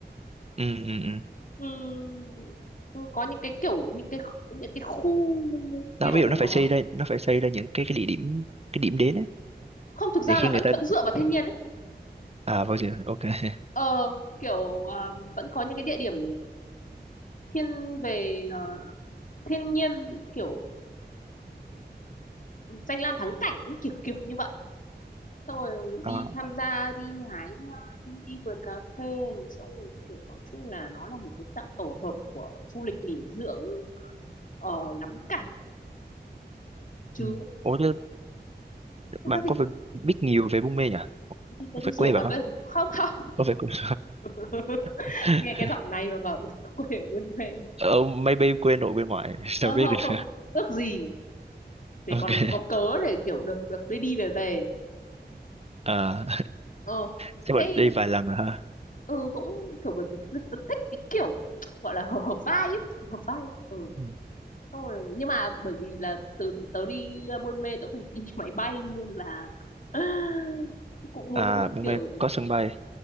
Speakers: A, on the right (about 35°); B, on the left (about 50°).
A: ừ ừ ừ
B: Ừm, ừ, có những cái kiểu những cái những cái khu
A: nó
B: kiểu
A: ví dụ nó phải
B: ờ,
A: xây ra nó phải xây ra những cái cái địa điểm cái điểm đến ấy
B: không thực ra
A: để khi
B: là
A: người
B: vẫn
A: ta
B: vẫn dựa vào thiên nhiên ấy
A: à vào giờ ok <laughs>
B: ờ kiểu ờ, vẫn có những cái địa điểm thiên về ờ, thiên nhiên kiểu danh lam thắng cảnh những kiểu kiểu như vậy xong rồi
A: à,
B: đi tham gia đi hái hoa, đi, đi vườn cà phê xong rồi kiểu nói chung là nó là một cái dạng tổ hợp của du lịch nghỉ dưỡng ờ, ngắm cảnh chứ
A: ừ. ủa thế
B: thực
A: bạn
B: ra thì,
A: có phải biết nhiều về Buôn Mê nhỉ
B: thì
A: có
B: tớ đi
A: phải
B: rồi
A: quê bạn
B: mà
A: không
B: với không không
A: có phải quê
B: <laughs>
A: <laughs>
B: nghe cái giọng này mà bảo <laughs> quê ở buôn mê
A: ờ, maybe quê nội quê ngoại <laughs> sao
B: ơ
A: biết
B: không
A: được
B: không ước gì
A: <laughs>
B: để
A: ok
B: còn có cớ để kiểu được được đi đi về về
A: à,
B: ờ
A: chắc bạn
B: thế
A: đi vài lần rồi ha
B: ừ cũng kiểu bởi vì rất- rất thích cái kiểu gọi là hợp hợp vai ấy. hợp vai ừ
A: Ừ.
B: xong rồi nhưng mà bởi vì là từ tớ đi uh, Buôn Mê tớ phải đi <laughs> máy bay nên là <laughs> <sighs> cũng muốn
A: à Buôn
B: kiểu
A: Mê có sân bay